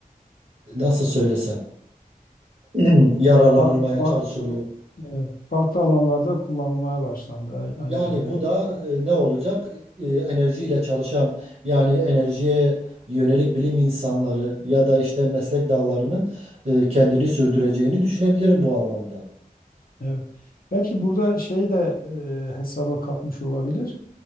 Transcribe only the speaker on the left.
Evet, fa- fa-
e, farklı alanlarda kullanılmaya başlandı. Ay- Aynen
evet.
Evet. Belki burada şey de e, hesaba katmış olabilir.